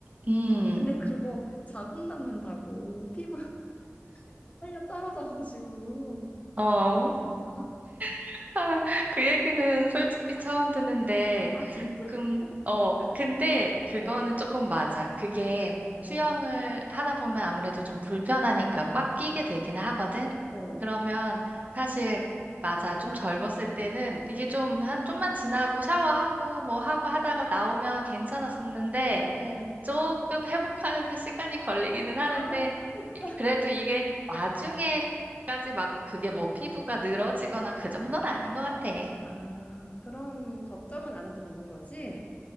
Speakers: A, on the right; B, on the left.
A: 음.
B: 근데 그거 자국 남는다고 피부 <laughs> 활려 떨어져가지고
A: 어.
B: 괜찮아?
A: <laughs> 그 얘기는 솔직히 처음 듣는데
B: 아 진짜?
A: 금, 어,
B: 어,
A: 근데 그거는
B: 어,
A: 조금 맞아. 그게 수영을
B: 어,
A: 하다 보면 아무래도 좀 불편하니까 꽉 끼게 되기는 하거든.
B: 어,
A: 그러면 사실 맞아. 좀 젊었을 때는 이게 좀 한 좀만 지나고 샤워하고 뭐 하고 하다가 나오면 괜찮았었는데
B: 어.
A: 조금 회복하는데 시간이 걸리기는 하는데
B: 아 진짜?
A: 이- 그래도 이게 나중에까지 막 그게 뭐 피부가 늘어지거나 그 정도는 아닌 것 같아.
B: 아 그럼 걱정은 안 해도 되는 거지?